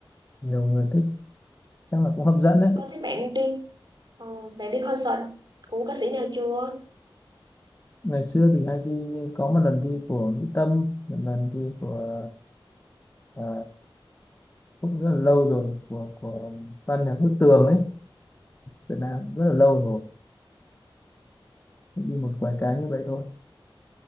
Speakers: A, on the left; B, on the right.
A: nhiều người thích chắc là cũng hấp dẫn đấy
B: có thấy bạn đi ờ, bạn đi concert của ca sĩ nào chưa
A: ngày xưa thì hay đi có một lần đi của Mỹ Tâm một lần đi của ờ, cũng rất là lâu rồi của của ban nhạc Bức Tường ấy Việt Nam rất là lâu rồi
B: ừ.
A: đi một vài cái như vậy thôi